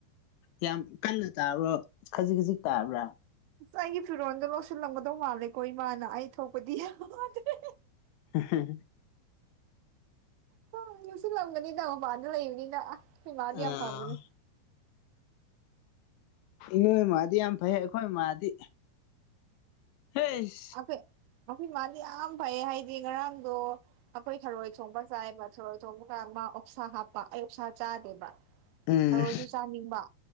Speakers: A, on the left; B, on the right.
A: ꯌꯥꯝ ꯀꯟꯅ ꯇꯥꯕ꯭ꯔꯣ ꯈꯖꯤꯛ ꯈꯖꯤꯛ ꯇꯥꯕ꯭ꯔꯥ
B: ꯑꯁ ꯑꯩꯒꯤ ꯐꯤꯔꯣꯟꯗꯣ ꯂꯧꯁꯤꯜꯂꯝꯒꯗꯧ ꯃꯥꯜꯂꯦꯀꯣ ꯏꯃꯥꯅ ꯑꯩ ꯊꯣꯛꯄꯗꯤ <unintelligible> ꯗ꯭ꯔꯦ
A: <unintelligible>
B: ꯍ ꯂꯧꯁꯜꯂꯝꯒꯅꯤꯗ ꯃꯄꯥꯟꯗ ꯂꯩꯕꯅꯤꯅ ꯈ‌ꯣꯏ ꯃꯥꯗꯤ
A: ꯑꯥ
B: ꯌꯥꯝ ꯐꯕꯅꯦ
A: ꯅꯣꯏ ꯃꯥꯗꯤ ꯌꯥꯝ ꯐꯩ ꯑꯩꯈꯣꯏ ꯃꯥꯗꯤ <unintelligible>
B: ꯑꯩꯈꯣꯏ ꯑꯩꯈꯣꯏ ꯃꯥꯗꯤ ꯌꯥꯝ ꯐꯩ ꯍꯥꯏꯗꯤ ꯉꯔꯥꯡꯗꯣ ꯑꯩꯈꯣꯏ ꯊꯔꯣꯏ ꯊ‌ꯣꯡꯕ ꯆꯥꯏꯕ ꯊꯔꯣꯏ ꯊ‌ꯣꯡꯕ ꯀꯥꯟ ꯃꯥ ꯑꯣꯛꯁꯥ ꯍꯥꯞꯄ ꯑꯩ ꯑꯣꯛꯁꯥ ꯆꯥꯗꯦꯕ
A: ꯎꯝ
B: ꯊꯔꯣꯏꯁꯨ ꯆꯥꯅꯤꯡꯕ